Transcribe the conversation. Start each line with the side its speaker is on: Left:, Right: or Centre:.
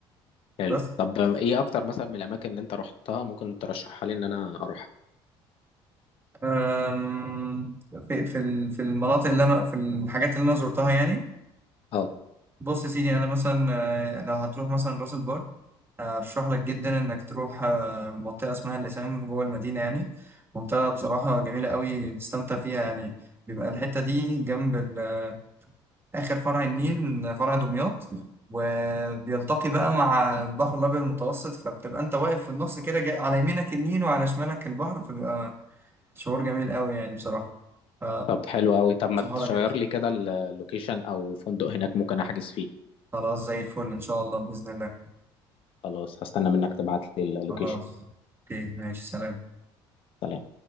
Left: حلو
Right: بس
Left: طب ايه اكتر مثلا من الاماكن اللي انت رحتها ممكن ترشحها لي ان انا اروحها
Right: أم، في في ال- في المناطق اللي أنا في الحاجات اللي أنا زرتها يعني
Left: اه
Right: بص يا سيدي انا مثلا آه، لو هتروح مثلا راس البر آه، ارشح لك جدا انك تروح آه، منطقه اسمها اللسان جوه المدينه يعني منطقه بصراحه جميله قوي تستمتع فيها يعني بيبقى الحته دي جنب ال- آه، اخر فرع النيل فرع دمياط وبيلتقي بقى مع البحر الابيض المتوسط فبتبقى انت واقف في النص كده جاي- على يمينك النيل وعلى شمالك البحر فبيبقى شعور جميل قوي يعني بصراحه ف-
Left: طب حلو قوي طب ما
Right: شهاره
Left: تشير
Right: جدا
Left: لي كده اللوكيشن او فندق هناك ممكن احجز فيه
Right: خلاص زي الفل ان شاء الله باذن الله
Left: خلاص هستنى منك تبعت لي اللوكيشن
Right: خلاص اوكي ماشي سلام
Left: سلام